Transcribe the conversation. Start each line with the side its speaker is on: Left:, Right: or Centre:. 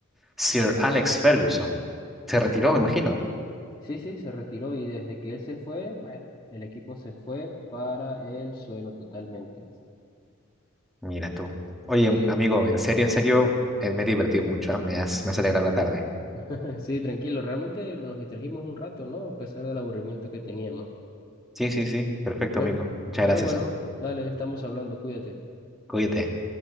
Centre: Sir Alex Ferguson. Se
Left: Eh,
Centre: retiró, me imagino.
Left: sí, sí, se retiró y desde que él se fue, bueno, el equipo se fue para el suelo totalmente.
Centre: Mira tú. Oye,
Left: Sí.
Centre: amigo, en serio, en serio, eh, me he divertido mucho, ¿ah? Me has, me has alegrado la tarde.
Left: <laughs> Sí, tranquilo, realmente nos distrajimos un rato, ¿no? A pesar del aburrimiento que teníamos.
Centre: Sí, sí, sí. Perfecto,
Left: Pero,
Centre: amigo. Muchas
Left: pero
Centre: gracias,
Left: bueno,
Centre: ¿ah?
Left: dale, estamos hablando, cuídate.
Centre: Cuídate.